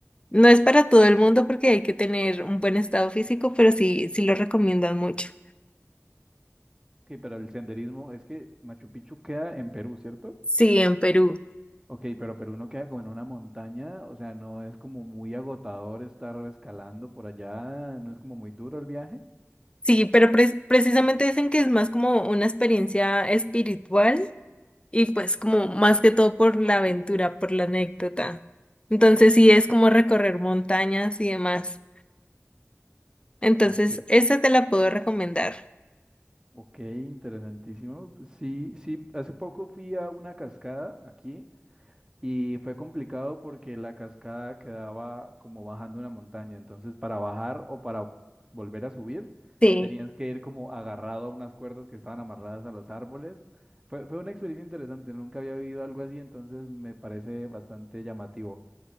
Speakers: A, on the left; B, on the right.
A: No es para todo el mundo porque hay que tener un buen estado físico, pero sí, sí lo recomiendan mucho.
B: Ok, pero el senderismo es que Machu Picchu queda en Perú, ¿cierto?
A: Sí, en Perú.
B: Ok, pero Perú no queda como en una montaña, o sea, no es como muy agotador estar escalando por allá, no es como muy duro el viaje.
A: Sí, pero pre- precisamente dicen que es más como una experiencia espiritual y pues como más que todo por la aventura, por la anécdota. Entonces sí es como recorrer montañas y demás. Entonces,
B: Ok,
A: esa te la puedo recomendar.
B: ok, interesantísimo. Pues Sí, sí, hace poco fui a una cascada aquí Y fue complicado porque la cascada quedaba como bajando una montaña. Entonces, para bajar o para volver a subir,
A: Sí.
B: tenías que ir como agarrado a unas cuerdas que estaban amarradas a los árboles. Fue, fue una experiencia interesante, nunca había vivido algo así, entonces me parece bastante llamativo.